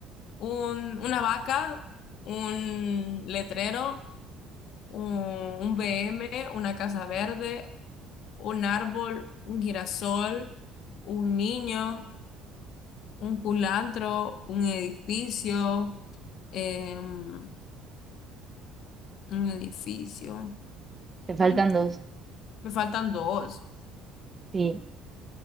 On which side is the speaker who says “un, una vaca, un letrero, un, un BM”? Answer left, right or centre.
Left